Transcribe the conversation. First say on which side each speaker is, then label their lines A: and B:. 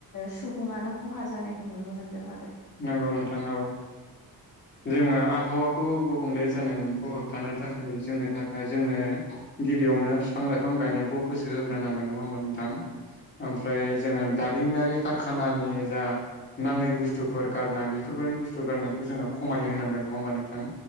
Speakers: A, on the left (about 55°); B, on the left (about 30°).
A: सुबुङानो खहा जानायखौ नुनो मोनदों आरो
B: नंगौ नोंथांओव जोङो आबहावाखौ गुबुंले जानायखौ होबथानो थाखाय जोंनो थाखाय जोंनो गिबियावनो बिफां लाइफां गायनायखौ गोसो होग्रोनांगोन नङा होमबा नोंथां ओमफ्राय जोङो दारिमिनारि खारखानानि जा नाङै बुस्सु बुस्थुफोर गारनाय बेफोरबायदि बुस्थु गारनायखौ जोङो खमाय होनांगोन नङा होमबा नोंथां।